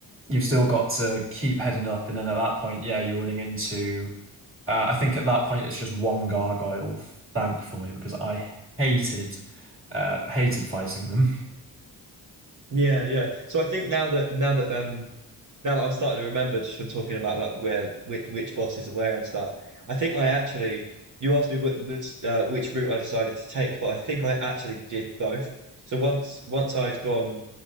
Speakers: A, on the right (about 30°); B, on the right (about 45°).
A: you've still got to keep heading up, and then at that point, yeah, you're running into. Uh, I think at that point it's just one gargoyle, thankfully, because I hated uh, hated fighting them. <laughs>
B: Yeah, yeah. So I think now that now that um Now that I'm starting to remember just from talking about like where which, which bosses are where and stuff, I think I actually you asked me which which, uh, which route I decided to take, but I think I actually did both. So once once I'd gone